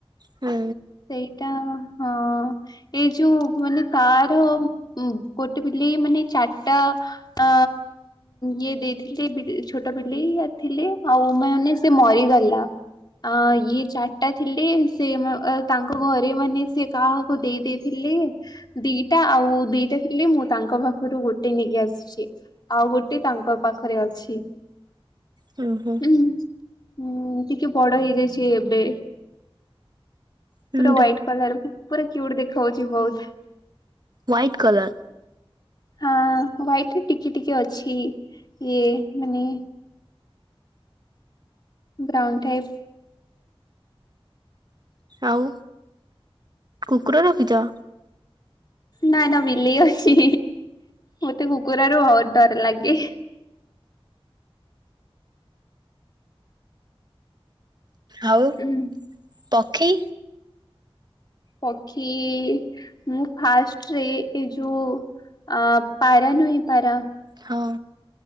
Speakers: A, on the right (about 45°); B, on the left (about 45°).
A: ହୁଁ।
B: ସେଇ ଏଟା ହଁ ଏଇ ଯୋଉ ମାନେ ତାର ଗୋଟେ ବିଲେଇ ମାନେ ଚାରଟା ଅ ଇଏ ଦେଇଥିଲେ ଛୋଟ ବିଲେଇ ଥିଲେ ଆଉ ମାନେ ସେ ମରିଗଲା। ଆ ଇଏ ଚାରିଟା ଥିଲେ ସେ ତାଙ୍କ ଘରେ ମାନେ ସେ କାହାକୁ ଦେଇ-ଦେଇ ଥିଲେ ଦିଟା ଆଉ ଦିଟା ଥିଲେ ମୁଁ ତାଙ୍କ ପାଖରୁ ଗୋଟେ ନେଇକି ଆସିଚି, ଆଉ ଗୋଟେ ତାଙ୍କ ପାଖରେ ଅଛି।
A: ହୁଁ-ହୁଁ।
B: ହୁଁ-ହୁଁ ଟିକେ ବଡ ହେଇଯାଇଛି ଏବେ।
A: ହୁଁ
B: ପୁରା ହ୍ୱାଇଟ୍
A: ଧ
B: କଲର୍ ପୁରା କ୍ୟୁଟ୍ ଦେଖାହଉଚି ବହୁତ୍।
A: White colour?
B: ହଁ ହ୍ୱାଇଟ୍ ରେ ଟିକେ-ଟିକେ ଅଛି ଇଏ ମାନେ ବ୍ରାଉନ୍ ଟାଇପ୍।
A: ଆଉ କୁକୁର ରଖିଚ?
B: ନା-ନା ବିଲେଇ ଅଛି, ମତେ କୁକୁରରୁ ବହୁତ୍ ଡର ଲାଗେ।
A: ଆଉ
B: ଉଁ,
A: ପକ୍ଷୀ?
B: ପକ୍ଷୀ ମୁଁ ଫାଷ୍ଟରେ ଏଇ ଯୋଉ ଅ ପାରା ନୁହେଁ, ପାରା
A: ହଁ।